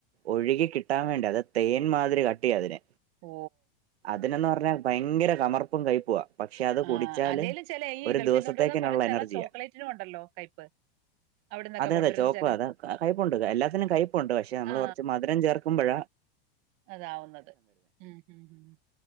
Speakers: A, on the right (about 85°); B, on the right (about 50°).
A: ഒഴുകി കിട്ടാൻ വേണ്ടി അത് തേൻ മാതിരി ക കട്ടി അതിനെ
B: ഓ
A: ഇതിനന്ന് പറഞ്ഞാ ഭയങ്കാര കമർപ്പും കഴ്പ്പുമാ പക്ഷെ അത്
B: ആ
A: കുടിച്ചാല്
B: അല്ലേലും ചില ഈ
A: ഒരു
B: ഗൾഫിൽ
A: ദിവസത്തേക്കന്നുള്ള
B: നിന്ന് കൊണ്ടുവരുന്ന കുറെ ചില
A: എനർജിയാ
B: ചോക്ലേറ്റിനും ഉണ്ടല്ലോ കയ്പ് അവിടെ നിന്നൊക്കെ
A: അതെ
B: കൊണ്ടുവരുന്ന
A: അതെ ചോക്കും
B: ചില
A: അത കയ്പപ്പുണ്ട് എല്ലാത്തിനും കയ്പപ്പുണ്ട് പക്ഷെ നമ്മള്
B: ആ
A: കുറച്ച് മധുരം ചേർക്കുമ്പോഴ
B: അതാവുന്നത് ഉം ഹ ഹ